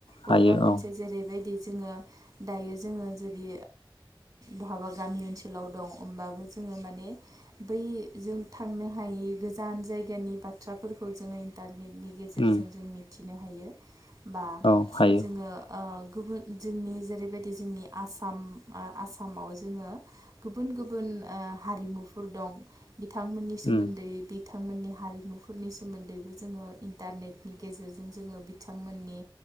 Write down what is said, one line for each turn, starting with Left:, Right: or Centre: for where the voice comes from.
Right: बबेबा
Left: हायो
Right: मोनसे
Left: औ
Right: जेरैबायदि जोंङो दायो जोंङो जुदि बहाबा गामि ओनसोलाव दं होमबाबो जों जों माने बै जों थांनो हायि गोजान जायगानि बाथ्राफोरखौ जोंङो इटारनेटनि गेजेरजों
Left: उम
Right: जों मिथिनो हायो बा
Left: औ हायो
Right: जोंङो ओ गुबुन जोंनि जेरैबायदि जोंनि आसाम आसामाव जोंङो गुबुन गुबुन गुबुन हारिमुफोर दं बिथांमोननि सोमोन्दै
Left: उम
Right: बिथांमोननि हारिमुफोरनि सोमोन्दैबो जोंङो इन्टारनेटनि गेजेरजों जोंङो बिथांमोननि